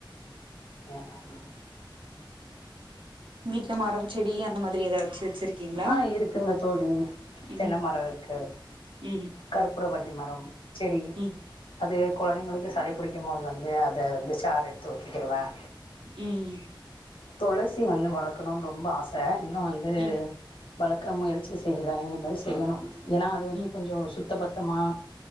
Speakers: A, on the left; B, on the right.
A: வேனாமா
B: வீட்டுல மரம் செடி அந்த மாதிரி ஏதாச்சு வச்சிருக்கீங்களா
A: ஆஹ் இருக்குங்க தோழி தென்ன
B: ம்
A: மரம் இருக்கு
B: ம்
A: கருப்புர வள்ளி மரம் செடி
B: ம்
A: அது கொழந்தைங்களுக்கு சளி புடிக்கும்போது வந்து அதை வந்து சார் எடுத்து ஊத்திக்கிடுவேன்
B: உம்
A: துளசி வந்து வளர்க்கணும்னு ரொம்ப ஆசை இன்னும் வந்து
B: ம்
A: வளர்க்க முயற்சி செய்யலாம் இனிமேல் செய்யணும் ஏன்னா அது வந்து
B: ம்
A: கொஞ்சம் சுத்த பத்தமாக